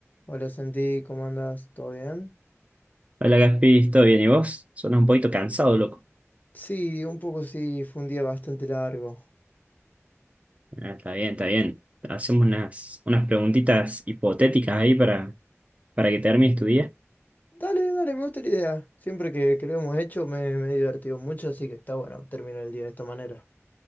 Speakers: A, on the left; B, on the right.
A: Hola Santi, ¿cómo andas? ¿Todo bien?
B: Hola Gaspi, ¿todo bien? ¿Y vos? Suena un poquito cansado, loco.
A: Sí, un poco sí, fue un día bastante largo.
B: Ah, está bien, está bien. Hacemos unas, unas preguntitas hipotéticas ahí para, para que termines tu día.
A: Dale, dale, me gusta la idea. Siempre que, que lo hemos hecho me, me he divertido mucho, así que está bueno terminar el día de esta manera.